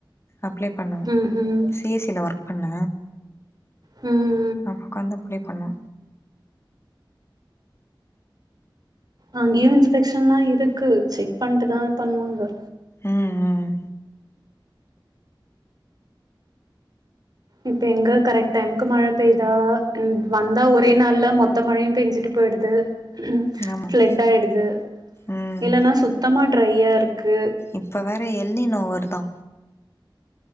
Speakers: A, on the left; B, on the right.
A: அப்ளை பண்ண
B: ம்
A: பி ஐ சி ல ஒர்க் பண்ண
B: ம்
A: நா ஒக்காந்து அப்ளே பண்ண
B: அங்கயும் இன்ஸ்பெக்ஷன்லா இருக்கு செக் பண்ட்டு தா பண்ணுவாங்க
A: ம் ம்
B: இப்ப எங்க கரெக்ட் டைமுக்கு மழை பெய்தா ம் வந்தா ஒரே நாள்ல மொத்த மழையும் பெய்ஞ்சுட்டு போயிடுது ம்
A: ஆமாம்
B: ஃப்ளட் ஆயிடுது
A: ம்
B: இல்லன்னா சுத்தமாக ட்ரையாருக்கு
A: இப்ப வேற எல்னிநோ வருதா